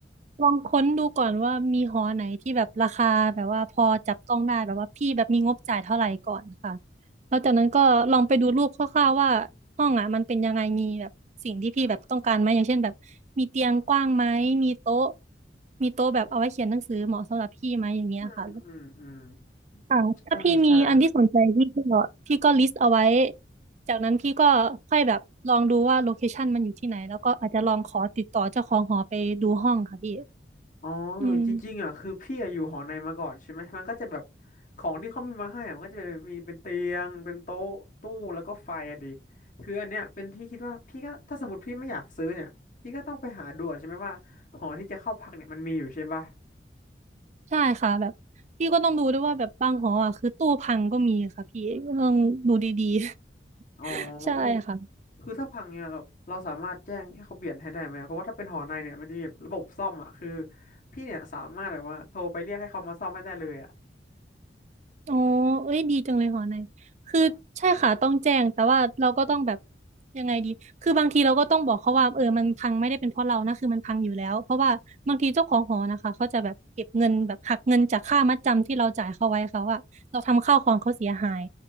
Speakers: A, on the right; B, on the left.
A: ลองค้นดูก่อนว่ามีหอไหนที่แบบราคาแบบว่าพอจับต้องได้แบบว่าพี่แบบมีงบจ่ายเท่าไหร่ก่อนค่ะแล้วจากนั้นก็ลองไปดูรูปคร่าวๆว่าห้องอ่ะมันเป็นยังไงมีแบบสิ่งที่พี่แบบต้องการไหมอย่างเช่นแบบมีเตียงกว้างไหมมีโต๊ะมีโต๊ะแบบเอาไว้เขียนหนังสือเหมาะสำหรับพี่ไหมอย่างเงี้ยค่ะ
B: อืมอืมอืม
A: ค่ะถ้าพี่มีอันที่สนใจพี่ก็พี่ก็ลิสต์เอาไว้
B: ใช่ใช่
A: จากนั้นพี่ก็ค่อยแบบลองดูว่าโลเคชันมันอยู่ที่ไหนแล้วก็อาจจะลองขอติดต่อเจ้าของหอไปดูห้องค่ะพี่
B: อ๋อเออจริงๆอ่ะคือพี่อะอยู่หอในมาก่อนใช่ไหมมันก็จะแบบ
A: อืม
B: ของที่เขามีมาให้อ่ะมันก็จะเป็นมีเป็นเตียงเป็นโต๊ะตู้แล้วก็ไฟอะดีคืออันเนี้ยเป็นที่คิดว่าพี่ก็ถ้าสมมติพี่ไม่อยากซื้อเนี่ยพี่ก็ต้องไปหาดูก่อนใช่ไหมว่าหอที่จะเข้าพักเนี่ยมันมีอยู่ใช่ป่ะ
A: ใช่ค่ะแบบพี่ก็ต้องดูด้วยว่าแบบบางหออ่ะคือตู้พังก็มีค่ะพี่ต้องดูดี
B: อ๋อ
A: ๆ <laughs> ใช่ค่ะ
B: อู้ คือถ้าพังเนี่ยแบบเราสามารถแจ้งให้เขาเปลี่ยนให้ได้ไหม เพราะว่าถ้าเป็นหอในเนี่ยมันจะมีแบบระบบซ่อมอ่ะ คือพี่เนี่ยสามารถแบบว่าโทรไปเรียกให้เขามาซ่อมให้ได้เลยอ่ะ
A: อ๋อเอ้ยดีจังเลยหอในคือใช่ค่ะต้องแจ้ง แต่ว่าเราก็ต้องแบบยังไงดีคือบางทีเราก็ต้องบอกเขาว่าเออมันพังไม่ได้เป็นเพราะเรานะคือมันพังอยู่แล้ว เพราะว่าบางทีเจ้าของหอนะคะ เขาจะแบบเก็บเงินแบบหักเงินจากค่ามัดจำที่เราจ่ายเขาไว้เขาอะเราทำข้าวของเขาเสียหาย